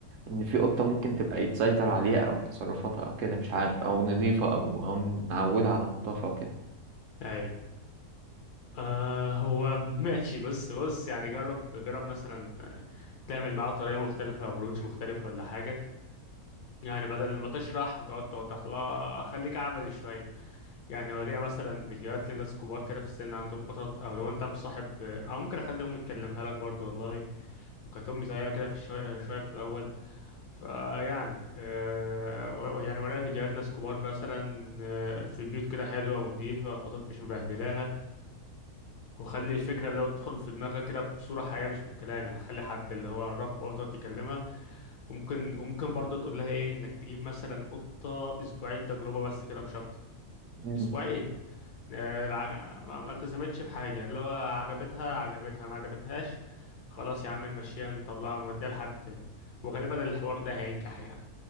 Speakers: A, on the right; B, on the left.
A: ان في قطه ممكن تبقى يتسيطر عليها او تصرفاتها او كده مش عارف او نظيفه او او نعودها على النظافه او كده
B: أيوه آه هو <laughs> ماشي بس بص يعني جرب جرب مثلا تعمل معاه طريقة مختلفة ابروتش مختلف ولا حاجة يعني بدل ما تشرح وتقعد توضح لها خليك عملي شوية يعني وريها مثلا فيديوهات لناس كبار كده في السن عندهم قطط او لو انت مصاحب او ممكن اخليهم يتكلمها لك برضو والله كانت امي زيها كده في شوية شوية في الاول فيعني آه و- يعني ورايا فيديوهات ناس كبار مثلا آه، في بيوت كده حلوة ونضيفة القطط مش مبهدلاها وخلي الفكرة اللي هو تدخل في دماغك كده بصورة حقيقية مش بالكلام يعني خلي حد اللي هو الرب او تقعد تكلمها وممكن وممكن برضه تقول لها ايه انك تجيب مثلا قطة اسبوعين تجربة بس كده مش اكتر
A: مم.
B: اسبوعين آه، العج- ما ما التزمتش بحاجة اللي هو عجبتها عجبتها ما عجبتهاش خلاص يا عم نمشيها نطلعها نوديها لحد تاني وغالبا الحوار ده هينجح يعني